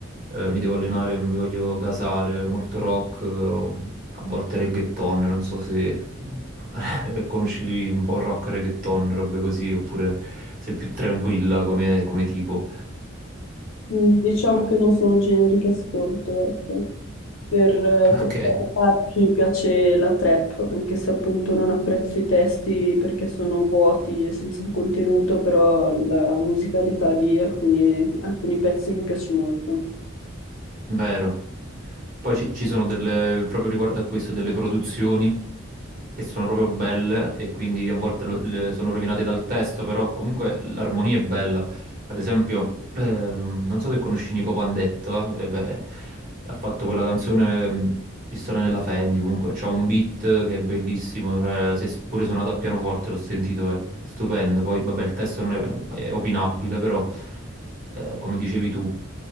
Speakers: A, on the right (about 45°); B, on the left (about 70°).
A: eh, mi devo allenare, mi voglio gasare, molto rock, eh, a volte reggaeton, non so se <laughs> conosci un po' rock, reggaeton, robe così, oppure sei più tranquilla come, come tipo.
B: Diciamo che non sono generi che ascolto, ecco. Per, per
A: Ok,
B: parlarmi mi piace la trap, anche se appunto non apprezzo i testi perché sono vuoti e senza contenuto, però la musicalità di alcuni alcuni pezzi mi piace molto.
A: vero. Poi ci, ci sono delle, proprio riguardo a questo, delle produzioni che sono proprio belle e quindi a volte lo- le- sono rovinate dal testo, però comunque l'armonia è bella. Ad esempio, ehm, non so se conosci Nico Pandetto, eh? Eh beh, ha fatto quella canzone ehm, Pistola nella Fendi, comunque c'ha un beat che è bellissimo, cioè, se s- pure suonato a pianoforte l'ho sentito, è stupendo. Poi, vabbè, il testo non è, è opinabile, però, eh, come dicevi tu,